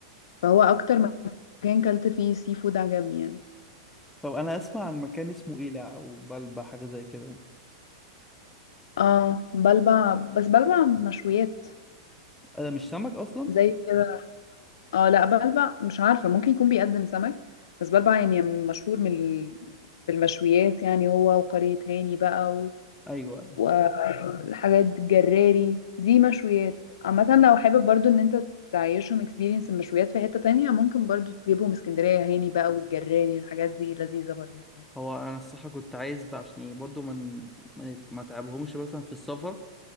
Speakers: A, on the left (about 80°); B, in the centre.
A: فهو أكتر مكان كلت فيه سي فود عجبني يعني
B: طب انا اسمع عن مكان اسمه ايلع او بلبع حاجة زي كده
A: اه بلبع بس بلبع مشويات
B: انا مش سمك اصلا
A: زي كده اه لا بلبع مش عارفة ممكن يكون بيقدم سمك بس بلبع يعني مشهور من ال- بالمشويات يعني هو وقرية هاني بقى
B: ايوه أيوة.
A: والحاجات الجراري دي مشويات عامة لو حابب برضو ان انت تعيشهم اكسبيرينس المشويات في حتة تانية ممكن برضو تجيبهم اسكندرية هاني بقى والجراري الحاجات دي لذيذة برضو يعني
B: هو انا الصراحة كنت عايز بقى عشان يعني برضه من ما ما تعبهمش مثلا في السفر